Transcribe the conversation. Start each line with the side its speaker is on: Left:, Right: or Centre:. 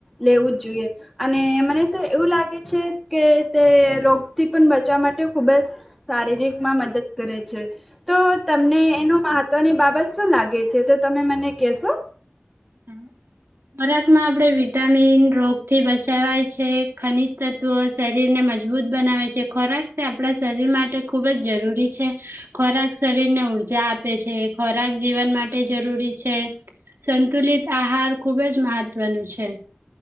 Centre: લેવું જ જોઈએ અને મને તો એવું લાગે છે કે તે રોગથી પણ બચવા માટે ખુબ જ શારીરિકમાં મદદ કરે છે, તો તમને એનું મહત્વની બાબત શું લાગે છે તો તમે મને કેશો?
Right: હા. ખોરાકમાં આપણે વિટામિન રોગથી બચાવાય છે ખનીજ તત્વો શરીરને મજબૂત બનાવે છે ખોરાક તે આપણા શરીર માટે ખૂબ જ જરૂરી છે, ખોરાક શરીરને ઉર્જા આપે છે ખોરાક જીવન માટે જરૂરી છે, સંતુલિત આહાર ખુબ જ મહત્વનું છે,